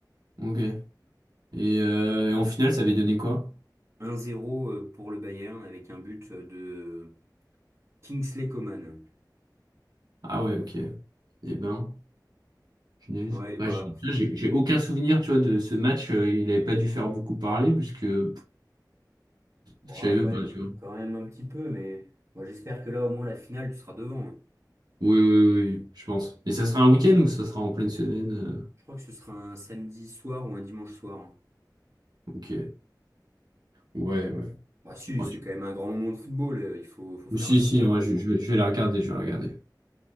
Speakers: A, on the right; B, on the right.
A: Ok. Et, euh, et en finale, ça avait donné quoi?
B: Un zéro euh, pour le Bayern, avec un but euh, de Kingsley Coman.
A: Ah ouais, ok. Eh ben, punaise.
B: Ouais, bah,
A: Ouais, j'ai tu vois, j'ai- j'ai aucun souvenir, tu vois, de ce match. euh, il n'avait pas dû faire beaucoup parler, puisque pff,
B: bon,
A: je savais même
B: quand même,
A: pas, tu vois.
B: quand même un petit peu, mais moi j'espère que là, au moins, la finale, tu seras devant. hein.
A: Oui, oui, oui, oui, je pense. Mais ça sera un week-end ou ça sera en pleine semaine? euh,
B: Je crois que ce sera un samedi soir ou un dimanche soir. hein.
A: Ok. Ouais, ouais.
B: Bah si,
A: Ouais,
B: c'est
A: je-
B: quand même un grand moment de football, euh, il faut, faut faire
A: Ou si,
B: un effort.
A: si, ouais, je, je vais, je vais la regarder, je vais la regarder.